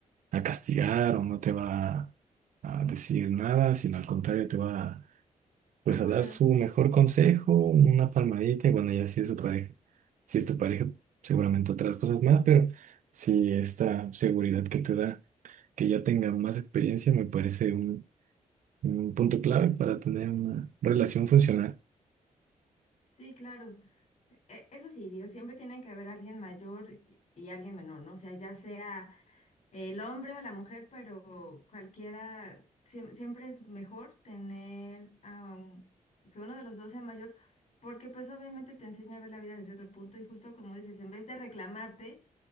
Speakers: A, on the right; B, on the left.
A: a castigar o no te va a decir nada, sino al contrario, te va pues
B: Apoyar.
A: a dar su mejor consejo, una palmadita y bueno, ya si es tu pareja. Si es tu pareja, seguramente otras cosas más, pero si esta seguridad que te da, que ya tenga más experiencia, me parece un, un punto clave para tener una relación funcional.
B: Sí, claro. E- Eso sí, digo, siempre tiene que haber alguien mayor y y alguien menor, ¿no? O sea, ya sea el hombre o la mujer, pero cualquiera, siem- siempre es mejor tener a un- que uno de los dos sea mayor, porque pues obviamente te enseña a ver la vida desde otro punto y justo como dices, en vez de reclamarte